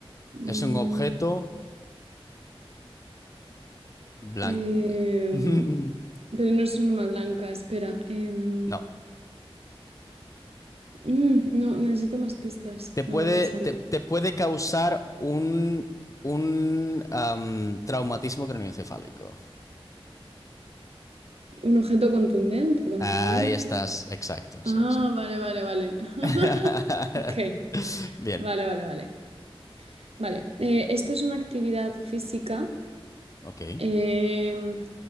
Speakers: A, on the right; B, on the left.
A: Mm,
B: Es un objeto blanco.
A: em,
B: <laughs>
A: pero no es un arma blanca, espera. em,
B: No.
A: mm, no, necesito más pistas,
B: Te puede,
A: no me sale.
B: te, te puede causar un, un am, traumatismo craneoencefálico.
A: Un objeto contundente, contundencia.
B: Ahí estás, exacto,
A: Ah,
B: sí, sí.
A: vale, vale, vale. <laughs>
B: <laughs>
A: Ok,
B: Bien,
A: vale, vale, vale. Vale, eh, esto es una actividad física.
B: ok.
A: em,